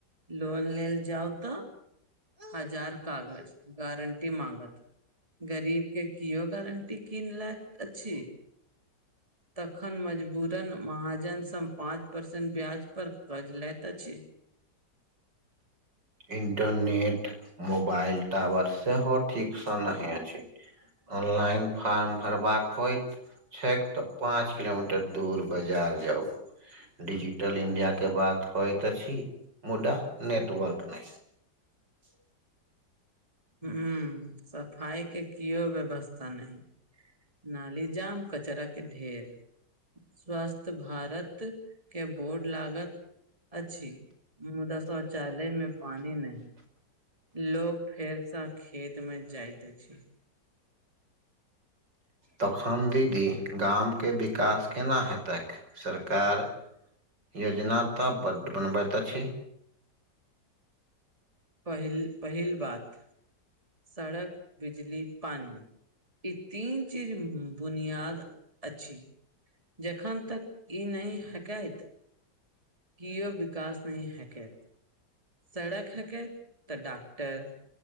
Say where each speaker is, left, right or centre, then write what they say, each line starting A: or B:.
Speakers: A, on the right; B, on the right.
A: लोन लेल जाउ त हजार कागज, गारंटी मांगत गरीब के कियो गारंटी किन लेत अछि। तखन मजबूरन महाजनसँ पाँच परसेन्ट ब्याज पर कर्ज लैत अछि।
B: इंटरनेट मोबाइल टावर सेहो ठीकसँ नहि अछि। ऑनलाइन फार्म भरबाक होइत छैक त पाँच किलोमीटर दूर बाजार जाउ। डिजिटल इंडिया के बात होइत अछि मुदा नेटवर्क नहि। <inaudible>
A: हं सफाइ के केओ व्यवस्था नहि। नाली जाम कचरा के ढेर। स्वस्थ भारत के बोर्ड लागत अछि मुदा शौचालय में पानी नहि। लोक फेरसँ खेत में जाइत अछि।
B: तखन दीदी गामके विकास केना हेतैक, सरकार योजना त बड बनबैत अछि
A: पहिल पहिल बात सड़क बिजली पानी ई तीन चीज़ बुनियाद अछि, जखन तक ई नहि हेतैक केओ विकास नहि <unintelligible> सड़क <unintelligible> त डॉक्टर